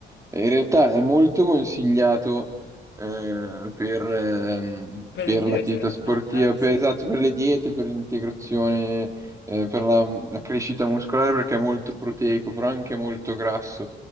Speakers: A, on the right; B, on the left.
A: eh, in realtà è molto consigliato eh, per, ehm,
B: Per
A: per
B: le diete?
A: l'attività sportiva,
B: No, eh
A: per,
B: sì.
A: esatto, per le diete, per l'integrazione, eh, per la, la crescita muscolare perché è molto proteico, però anche molto grasso.